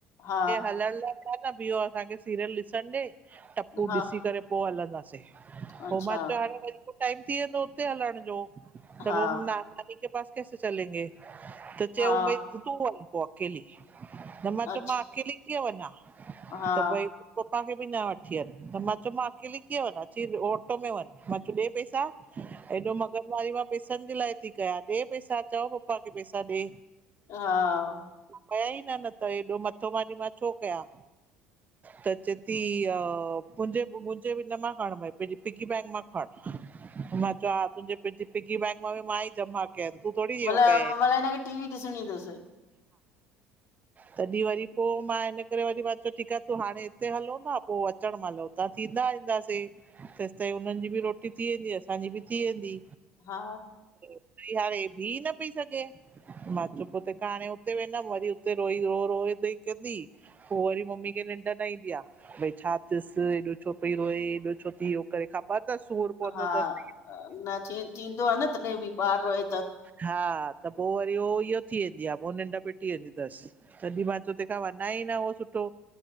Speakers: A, on the left; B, on the right.
A: हा
B: हलण लाइ छा असांखे सीरियल ॾिसण ॾे। टपू
A: हा
B: ॾिसी करे पो हलंदासीं,
A: अच्छा
B: पोइ मां चयो हाणे वरी। टाइम थी वेंदो उते हलण जो,
A: हा
B: त पोइ नाना नानी के पास कैसे चलेंगे। त चयऊं
A: हा
B: भई तूं वञ पोइ अकेली, मां चयो
A: अच्छा
B: अकेली कीअं वञा।
A: हा
B: त भई पपा खे बि न वठी अनि त मां चयो मां अकेली ऑटो में वञ मां चयोूं ॾे पैसा हेॾो मगज़ वारी मां पैसनि जे लाइ थी कयां, ॾे पैसा, चओ पप्पा खे पैसा ॾे।
A: हाँ।
B: न त हेएॾो मथो मारी मां छो कयां। त, चेती मुंहिंजे मुंझे हिन मा खण भयी मुंझे पिग्गी बैग मां खण मां चयो अ त पिकी बैंक मां मां ई जमा कया आईन तू थोड़ी
A: मतिलब
B: कया आईन
A: मतिलब हिनखे टीवी ॾिसणी तसि
B: तॾहिं वरी पोइ मां हिन करे वरी मां चयो ठीक आहे तूं हाणे हिते हलूं था, पोइ अचणु मलूं तां थींदा आहि। ईंदासीं तेसिताईं हुननि जी बि रोटी थी वेंदी, असांजी बि थी वेंदी।
A: हा
B: ई हाणे बीह न पई सघे। मां चुप हाणे उते वेंदमि वरी उते रोई रो रो कंदी पोइ वरी मम्मी खे। निंड न ईंदी आहे भई छा अथस एॾो छो पई रोए एॾो छो थी करे ख़बर? सूर पंदोतस
A: हा न थी थींदो आ न तॾहिं बि ॿार रोए त
B: हा त पोइ वरी उ इहो थी वेंदी आहे पोइ निंड पेटी वेंदी अथसि तॾहिं मां तूं तंहिंखां वञा ई। सुठो